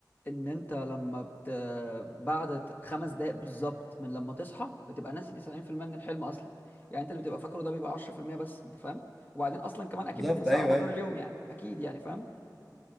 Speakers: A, on the left; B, in the centre.
A: ان انت لما بت... بعد ت- خمس دقائق بالظبط من لما تصحى بتبقى ناسي 90% من الحلم اصلا يعني انت اللي بتبقى فاكره ده بيبقى 10% بس انت فاهم وبعدين اصلا كمان
B: بالظبط
A: اكيد بتنساه
B: ايوه
A: على مدار
B: ايوه
A: اليوم يعني اكيد يعني فاهم